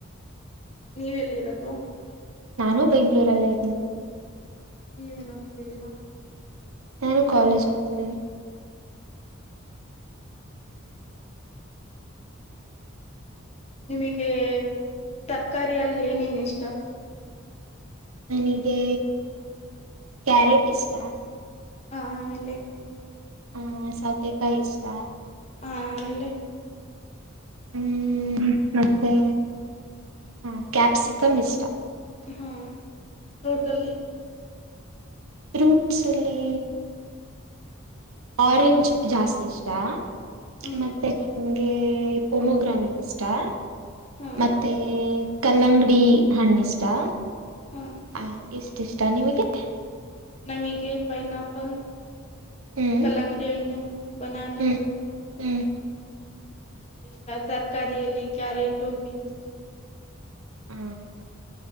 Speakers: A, on the left; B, on the right.
A: ನೀವೆಲ್ಲಿರೋದು.
B: ನಾನು ಬೆಂಗ್ಳೂರಲ್ಲೇ ಇದಿನ್.
A: ನೀವೇನ್ ಓದ್ತಿದೀರಾ.
B: ನಾನು ಕಾಲೇಜ್ ಓದ್ತಿದೀನಿ.
A: ನಿಮಗೆ ತರಕಾರಿಯಲ್ಲಿ ಏನೇನ್ ಇಷ್ಟಾ.
B: ನನಿಗೆ ಕ್ಯಾರೆಟ್ ಇಷ್ಟಾ.
A: ಹಾ ಆಮೇಲೆ.
B: ಹ್ ಸೌತೆಕಾಯ್ ಇಷ್ಟಾ.
A: ಆಮೇಲೆ.
B: ಹ್ಮ್ ಮತ್ತೆ ಹಾ ಕ್ಯಾಪ್ಸಿಕಮ್ ಇಷ್ಟಾ.
A: ಹಾ ಫ್ರೂಟಲ್ಲಿ.
B: ಫ್ರೂಟ್ಸ್ ಅಲ್ಲಿ. ಆರೆಂಜ್ ಜಾಸ್ತಿ ಇಷ್ಟಾ.
A: ಹ್ಮ್
B: ಮತ್ತೆ ನಂಗೆ ಪೊಮೋಗ್ರಾನೆಟ್ ಇಷ್ಟಾ.
A: ಹಾ
B: ಮತ್ತೆ ಕಲ್ಲಂಗಡಿ ಹಣ್ಣಿಷ್ಟಾ.
A: ಹಾ
B: ಆ ಇಷ್ಟಿಷ್ಟಾ ನಿಮಗೆ.
A: ನಮಿಗೆ ಪೈನ್ ಆಪಲ್,
B: ಹ್ಮ್
A: ಕಲಂಗಡಿಹಣ್ಣು ಬಾನಾನ
B: ಹ್ಮ್ ಹ್ಮ್
A: ಇಷ್ಟು ಇಷ್ಟ ತರಕಾರಿಯಲ್ಲಿ ಕ್ಯಾರೆಟು ಬೀನ್ಸು
B: ಹಾ